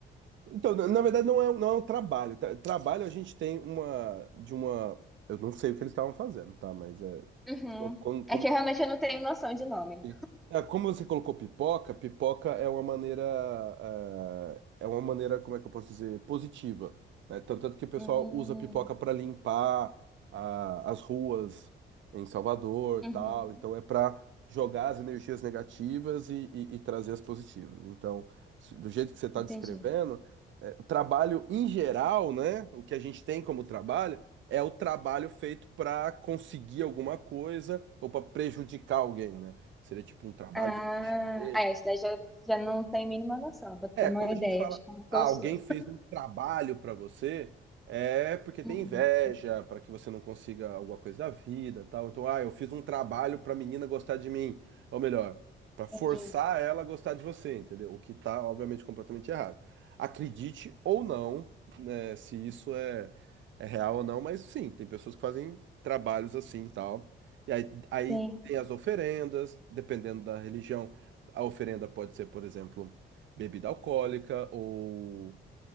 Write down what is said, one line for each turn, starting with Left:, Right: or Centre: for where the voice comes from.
Right: Então, na na verdade, não é, um- não é um trabalho. tá? Trabalho a gente tem uma de uma. Eu não sei o que eles estavam fazendo, tá? Mas é.
Centre: Uhum.
Right: co- Como, como,
Centre: É que eu realmente eu não tenho noção de nome.
Right: Sim. Ah, como você colocou pipoca, pipoca é uma maneira, ah, é uma maneira, como é que eu posso dizer, positiva, né? Tanto, tanto que o pessoal
Centre: Hum,
Right: usa pipoca para limpar ah, as ruas em Salvador,
Centre: uhum,
Right: tal. Então é para jogar as energias negativas e, e- e trazer as positivas. Então, se- do jeito que você está
Centre: entendi.
Right: descrevendo, é, o trabalho em geral, né? O que a gente tem como trabalho é o trabalho feito para conseguir alguma coisa ou para prejudicar alguém, né? Seria tipo um trabalho
Centre: Ah,
Right: de magia negra.
Centre: é, isso daí já, já não tem mínima noção, pra ter
Right: É,
Centre: uma
Right: quando a
Centre: ideia
Right: gente fala,
Centre: de como que
Right: ah,
Centre: eu
Right: alguém
Centre: sou.
Right: fez um trabalho pra você, é porque
Centre: Uhum,
Right: tem inveja, pra que você não consiga alguma coisa da vida, tal. Então, ah, eu fiz um trabalho pra menina gostar de mim, ou melhor, pra forçar
Centre: entendi.
Right: ela a gostar de você, entendeu? O que tá, obviamente, completamente errado. Acredite ou não, né, se isso é, é real ou não, mas sim, tem pessoas que fazem trabalhos assim, tal. E aí, aí
Centre: Sim.
Right: tem as oferendas, dependendo da religião. A oferenda pode ser, por exemplo, bebida alcoólica ou,